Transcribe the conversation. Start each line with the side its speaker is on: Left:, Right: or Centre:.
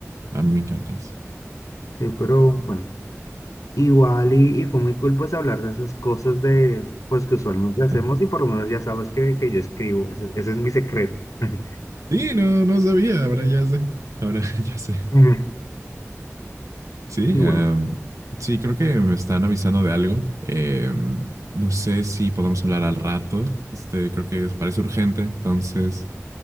Right: a mí me encanta eso.
Left: Sí, pero bueno, igual y, y fue muy cool pues hablar de esas cosas de pues que usualmente
Right: <laughs>
Left: hacemos y por lo menos ya sabes que, que yo escribo, ese, ese es mi secreto. <laughs>
Right: Sí, no, no sabía, ahora ya sé. Ahora <laughs> ya sé.
Left: Ujú.
Right: Sí,
Left: Y
Right: em,
Left: bueno,
Right: sí, creo que me están avisando de algo. Em, no sé si podemos hablar al rato. Este, creo que es- parece urgente. Entonces,